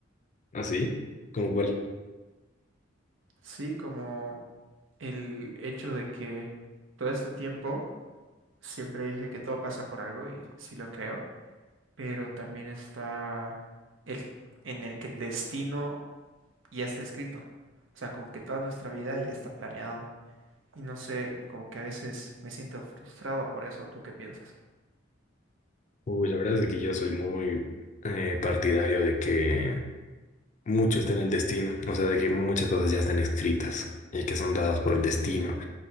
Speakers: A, on the left; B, on the right.
A: ¿Ah, sí? ¿Cómo cuál?
B: Sí, como el hecho de que todo este tiempo siempre dije que todo pasa por algo y sí lo creo, pero también está el en el que el destino ya está escrito. O sea, como que toda nuestra vida ya está planeada. Y no sé, como que a veces me siento frustrado por eso. ¿Tú qué piensas?
A: Uy, la verdad es de que yo soy muy eh, partidario de que mucho está en el destino, o sea, de que muchas cosas ya están escritas y que son dadas por el destino.